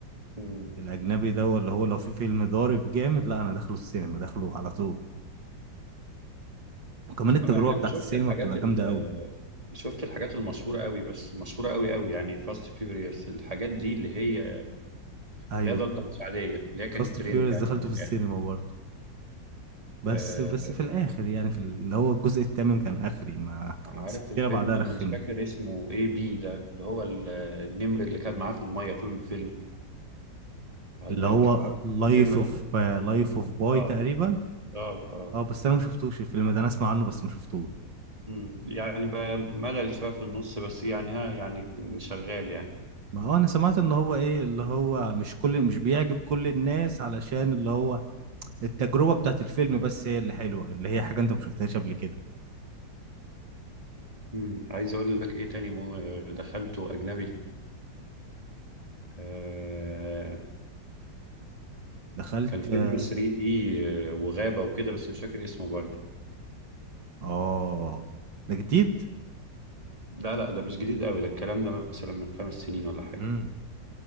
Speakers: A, on the right; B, on the right.
A: مم.
B: الاجنبي ده اللي هو لو في فيلم ضارب جامد لا انا داخله السينما داخله على طول وكمان التجربة
A: انا ايام
B: بتاعت
A: شفت
B: السينما
A: الحاجات
B: بتبقى
A: ال-
B: جامدة قوي
A: شفت الحاجات المشهورة قوي بس مشهورة قوي قوي يعني فاست فيوريوس الحاجات دي اللي هي
B: ايوه
A: اللي هي ضجة مش عادية اللي هي كانت
B: فاست
A: ترند
B: فيوريوس
A: يعني
B: دخلته
A: من الآخر
B: في السينما برضه بس
A: آه،
B: بس في الاخر يعني في اللي هو الجزء الثامن كان اخري ما
A: عارف
B: السلسلة
A: الفيلم
B: بعدها
A: أنا
B: رخمت
A: مش فاكر اسمه إيه بي ده اللي هو ال- النمر اللي كان معاه في المية طول الفيلم على
B: اللي
A: المركب
B: هو
A: عارف
B: لايف
A: الفيلم ده؟
B: اوف لايف اوف باي
A: آه
B: تقريبا
A: آه آه
B: اه بس انا ما شفتوش الفيلم ده انا اسمع عنه بس ما شفتوش
A: مم. يعني بقى ملل شوية في النص بس يعني ها يعني شغال يعني
B: ما اه انا سمعت ان هو ايه اللي هو مش كل مش بيعجب كل الناس علشان اللي هو التجربة بتاعت الفيلم بس هي اللي حلوة اللي هي حاجة انت ما شفتهاش قبل كده
A: مم. عايز أقول لك إيه تاني مو- دخلته أجنبي آه
B: دخلت
A: كان فيلم
B: اه
A: 3D آه، وغابة وكده بس مش فاكر اسمه برضه
B: آه، ده جديد
A: لا لا ده مش جديد قوي ده الكلام ده مثلا من خمس سنين ولا حاجة
B: امم